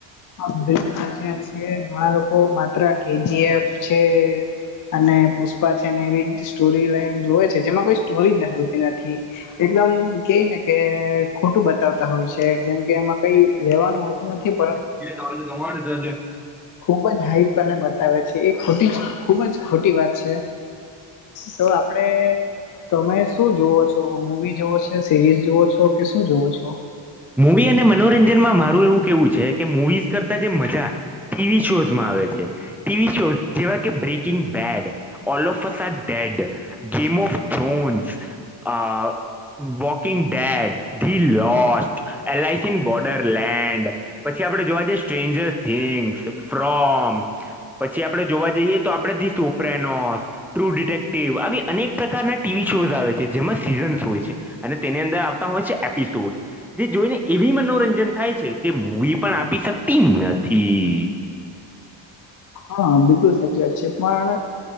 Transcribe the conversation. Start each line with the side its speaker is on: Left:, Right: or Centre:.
Left: <unintelligible> છે ઘણા લોકો માત્ર કેજીએફ છે. અને પુષ્પા છે ને એવી સ્ટોરી લાઈન જોવે છે જેમાં કોઈ સ્ટોરી જ હોતી નથી. એકદમ કેય ને કે ખોટું બતાવશે- - હોય છે જેમ કે એમાં કઈ લેવાનું હોતું નથી.
Centre: <unintelligible>
Left: ખૂબ જ હાઈટ અને બતાવે છે એ ખોટી ખુબ જ ખોટી વાત છે. તો આપડે <unintelligible> શું જુવો છો? મુવી જોવો છો, સિરીઝ જુવો છો કે શું જોવો છો?
Centre: મૂવી અને મનોરંજનમાં મારું એવું કેવું છે કે મુવીઝ કરતા જે મજા- - ટીવી શોઝમાં આવે છે. ટીવી શો જેવા કે breaking bad, ઓલોફ <unintelligible> dead- - game of thrones આ walking dead- - the lost, Alice in borderland- - પછી આપણે જોવા જઈએ સ્ટ્રેન્જર થિંગ્સ, ફ્રોમ- - પછી આપડે જોવા જઈએ તો આપડે ધીસ ઓપ્રેનોસ- - ટ્રુ ડિટેક્ટિવ આવી અનેક પ્રકારના ટીવી શોઝ આવે છે જેમાં સિરન્સ હોય છે. અને તેની અંદર આવતા હોય છે એપિસોડ- - જે જોઈને એવી મનોરંજન થાય છે જે મુવી પણ આપી શકતી નથી.
Left: હા બિલકુલ સાચી વાત છે પણ